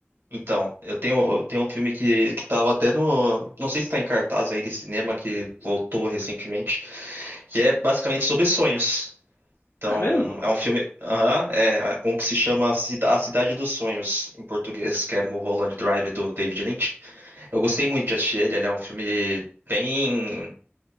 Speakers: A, on the right; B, on the left.
A: Então, eu tenho, eu tenho um filme que, que tava até no... Não sei se tá em cartaz ainda em cinema, que voltou recentemente. Que é basicamente sobre sonhos. Então,
B: Não é mesmo?
A: é um filme. Aham, é. é Um que se chama Cida- A Cidade dos Sonhos, em português, que é Mulholland Drive, do David Lynch. Eu gostei muito de assistir ele. Ele é um filme bem.